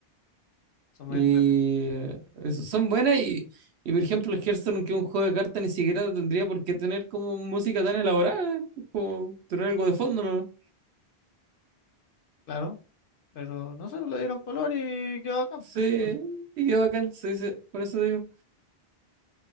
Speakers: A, on the left (about 60°); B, on the right (about 80°).
A: Son muy
B: Y
A: entretenidas.
B: eh, eso, son buenas y, y, por ejemplo, el Hearthstone, que es un juego de cartas, ni siquiera tendría por qué tener como música tan elaborada. Es Como tener algo de fondo, ¿no?
A: Claro. Pero no sé, le dieron color y quedó acá.
B: Sí,
A: <laughs>
B: y qué bacán, sí, sí, por eso digo.